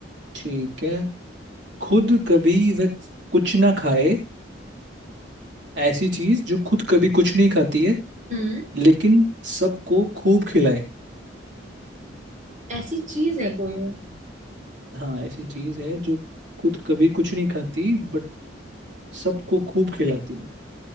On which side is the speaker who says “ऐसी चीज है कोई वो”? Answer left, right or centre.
Right